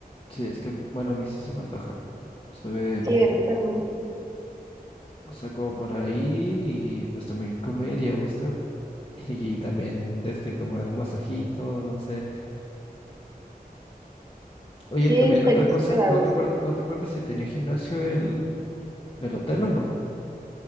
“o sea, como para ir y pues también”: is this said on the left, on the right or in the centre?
Left